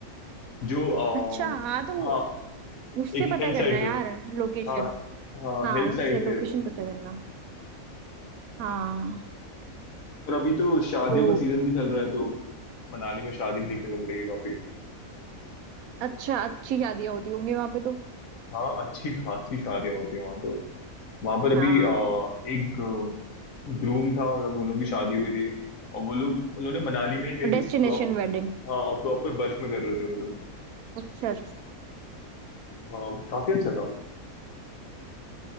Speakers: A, on the left (about 65°); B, on the right (about 75°).
A: जो आ,
B: अच्छा हाँ तो
A: हाँ
B: उससे
A: एक
B: पता
A: हिल साइड
B: करना
A: पे
B: यार
A: है।
B: लोकेशन
A: हाँ हाँ
B: हाँ
A: हिल साइड
B: उससे लोकेशन
A: पे है वो
B: पता करना हाँ
A: और अभी तो शादियों
B: तो
A: का सीजन भी चल रहा है तो मनाली में शादी भी देखने को मिलेगी काफी
B: अच्छा अच्छी शादियां होती होंगी वहां पे तो
A: हाँ अच्छी खासी शादियां होती हैं वहां तो वहां पर अभी
B: हाँ
A: आ, एक ग्रूम था मतलब उन लोग की शादी हुई थी और वो लोग उन्होंने मनाली में ही गई थी
B: Destination
A: प्रॉपर
B: wedding
A: हाँ और प्रॉपर बर्फ में कर रहे थे वो लोग
B: अच्छा अच्छा
A: हाँ काफी अच्छा था